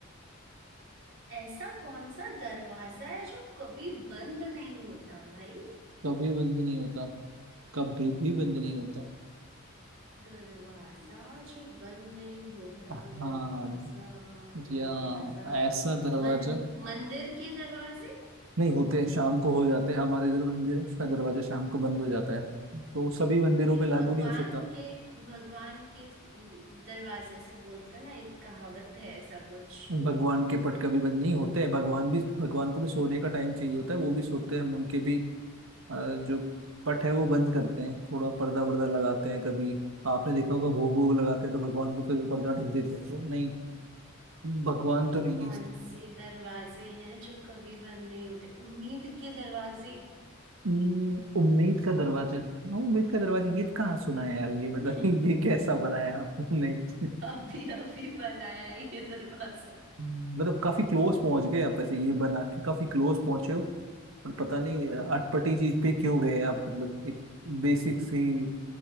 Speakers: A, on the right; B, on the right.
A: ऐसा कौन सा दरवाजा है जो कभी बंद नहीं होता भाई
B: कभी बंद नहीं होता कभी भी बंद नहीं होता
A: दरवाजा जो बंद नहीं होता
B: हाँ
A: दरवाजा
B: या
A: दरवाजा
B: ऐसा दरवाजा
A: मन मंदिर के दरवाजे
B: नहीं होते हैं शाम को हो जाते हैं हमारे इधर मंदिर है उसका दरवाजा शाम को बंद हो जाता है तो सभी मंदिरों
A: नहीं
B: पे लागू
A: भगवान
B: नहीं हो सकता
A: के भगवान के दरवाजे से बोलते ना एक कहावत है ऐसा कुछ
B: भगवान के पट कभी बंद नहीं होते हैं भगवान भी भगवान को भी सोने का टाइम चाहिए होता है वो भी सोते हैं उनके भी अ, जो पट है वो बंद करते हैं थोड़ा पर्दा वर्दा लगाते हैं कभी आपने देखा होगा भोग वोग लगाते हैं तो भगवान को फिर वो पर्दा ढक देते हैं तो नहीं भगवान
A: तो
B: तो नहीं
A: कौन
B: है
A: से दरवाजे हैं जो कभी बंद नहीं होते उम्मीद के दरवाजे
B: हम्म, उम्मीद का दरवाजा हाँ, उम्मीद का दरवाजा ये कहाँ सुना है यार ये बता
A: <laughs>
B: <laughs> ये कैसा बनाया आपने नहीं
A: अभी अभी बनाया है ये दरवाजा
B: मतलब काफी क्लोज पहुंच गए आप ऐसे ये बना के काफी क्लोज पहुंचे हो पर पता नहीं अटपटी चीज पे क्यों गए आप मतलब एक बेसिक सी